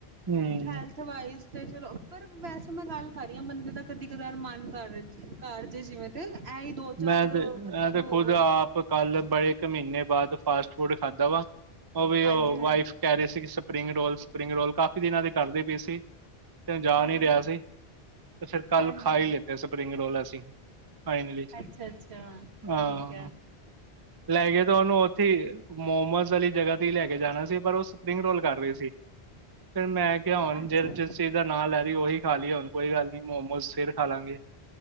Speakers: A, on the right; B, on the right.
A: ਹੂੰ
B: ਹੈਲਥ ਵਾਇਸ ਤੇ ਚਲੋ, ਪਰ ਵੈਸੇ ਮੈਂ ਗੱਲ ਕਰਰੀ ਹਾਂ, ਬੰਦੇ ਦਾ ਕਦੀ- ਕਦਾਰ ਮਨ ਕਰ ਕਾਰਜੇ ਜਿਵੇਂ ਤੇ ਇਹੀ ਦੋ ਚਾਰ
A: ਮੈਂ, ਤੇ,
B: ਮਤਲਬ
A: ਮੈਂ, ਤੇ,
B: ਉਹ
A: ਖੁਦ ਆਪ ਕੱਲ ਬੜੇ ਇੱਕ ਮਹੀਨੇ ਬਾਅਦ ਫਾਸਟ ਫੂਡ ਖਾਧਾ ਵਾ, ਉਹ ਵੀ
B: ਹਾਂਜੀ
A: ਉਹ,
B: ਹਾਂ
A: ਵਾਈਫ ਕਹਿ ਰਹੇ ਸੀ ਕਿ ਸਪ੍ਰੀੰਗ- ਰੋਲ, ਸ੍ਰਪ੍ਰੀਂਗ-ਰੋਲ ਕਾਫੀ ਦਿਨਾਂ ਦੀ ਕਰਦੀ ਪਈ ਸੀ, ਤੇ, ਜਾ
B: ਹਾਂ
A: ਨਹੀ, ਰਿਹਾ ਸੀ। ਤੇ ਫਿਰ ਕੱਲ
B: ਹਾਂਜੀ
A: ਖਾ ਹੀ ਲੀੱਤੇ ਸਪ੍ਰੀਂਗ-ਰੋਲ, ਅਸੀਂ। ਫਾਈਨਲੀ।
B: ਅੱਛਾ -ਅੱਛਾ।
A: ਹਾਂ
B: ਠੀਕ ਆ।
A: ਲੈ ਗਏ ਤੋ, ਉਹਨੂੰ ਉੱਥੇ ਮੋਮੋਜ ਵਾਲੀ ਜਗ੍ਹਾ ਲੈਕੇ ਜਾਣਾ ਸੀ ਪਰ ਉਹ ਸਪ੍ਰੀੰਗ- ਰੋਲ ਕਰ ਰਹੇ ਸੀ। ਫਿਰ, ਮੈਂ ਕਿਹਾ ਹੁਣ
B: ਅੱਛਾ
A: ਜੇ, ਜਿਸ ਚੀਜ਼ ਦਾ, ਨਾਂ, ਲੈ-ਰਹੀ, ਉਹੀ ਖਾਲੀਏ ਹੁਣ ਕੋਈ ਗੱਲ ਨੀ, ਮੋਮੋਸ ਫਿਰ ਖਾਲਾਂਗੇ।